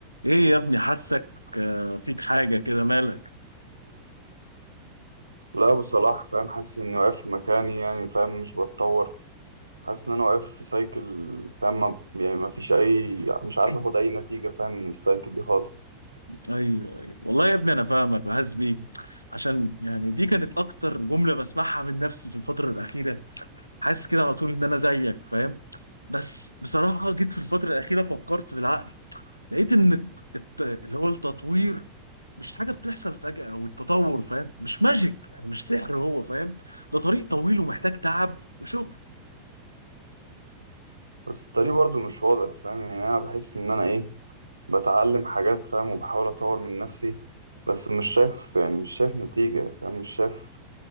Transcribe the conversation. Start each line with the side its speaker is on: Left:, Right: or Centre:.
Left: ايه يا ابني حاسك آه، فيك حاجة كده مالك
Right: لا أبو صلاح فاهم حاسس إني واقف في مكاني يعني فاهم مش بتطور حاسس إن أنا واقف في سايكل فاهم ما- يعني ما فيش أي مش عارف
Left: <clears throat>
Right: آخد أي نتيجة فاهم من السايكل دي خالص
Left: ايوه ايوه والله يا ابني انا فاهمك وحاسس بيك عشان يعني دي كانت اكتر جملة بسمعها من نفسي في الفترة الأخيرة حاسس كده على طول ان انا زيك فاهم بس بصراحة جيت في الفترة الأخيرة فكرت بالعقل لقيت ان الت- الت- اللي هو التطوير مش حاجة بتحصل فجأة او التطور فاهم مش ماجيك يعني مش سحر هو فاهم ده طريق طويل ومحتاج تعب وشغل
Right: بس الطريق برضو مش واضح فاهم يعني أنا بحس إن أنا إيه بتعلم حاجات فاهم وبحاول أطور من نفسي بس مش شايف يعني مش شايف نتيجة فاهم مش شايف